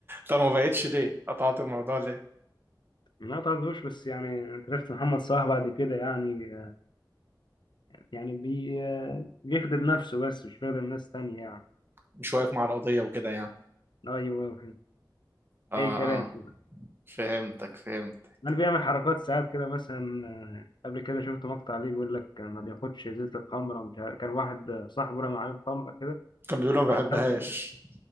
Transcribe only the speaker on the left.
ما تعرفوش بس يعني أنت شفت محمد صلاح بعد كده يعني يعني بي بيخدم نفسه بس مش بيخدم ناس تانية يعني
أيوة
أي كلام
انا بيعمل حركات ساعات كده مثلا آه، قبل كده شفت مقطع ليه بيقول لك ما بياخدش ازازه الخمره مش عارف كان واحد آه، صاحبه رمى عليه خمره كده
ولا
مش عارف كان-